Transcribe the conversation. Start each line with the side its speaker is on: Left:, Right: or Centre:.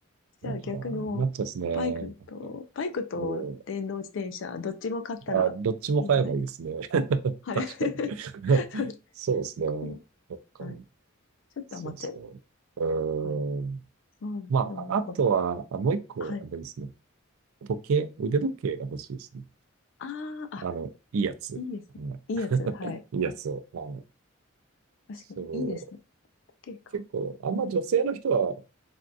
Left: じゃあ逆にもう、
Right: から余っちゃうんですね。
Left: バイクと、バイクと電動自転車、
Right: も
Left: どっちも買ったらいいんじゃないですか。
Right: う、あ、どっちも買えばいいですね。<laughs>
Left: はい。
Right: 確か
Left: <laughs> そうです
Right: に。<laughs> そうですね。
Left: この
Right: そっか。
Left: はい。ちょっと余っちゃいます。
Right: そうですね。うーん。
Left: はい。そうなんです。
Right: まあ、
Left: でもなんか、
Right: あとは、あ、もう一個、
Left: はい。
Right: あれですね。時計、腕時計が欲しいですね。
Left: ああ、あ、
Right: あの、いいやつ。
Left: いいですね。
Right: うん
Left: いいやつ。はい。
Right: いいやつを。まあの、
Left: 確かに、
Right: そう
Left: いいですね。時計か。
Right: 結構、あんま女性の人は